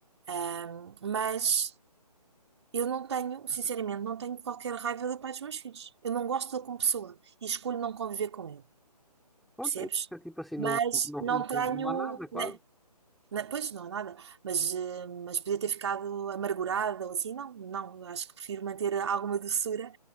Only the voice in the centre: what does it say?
Pronto,
aí fica tipo assim,
não, não,
não,
não há nada quase.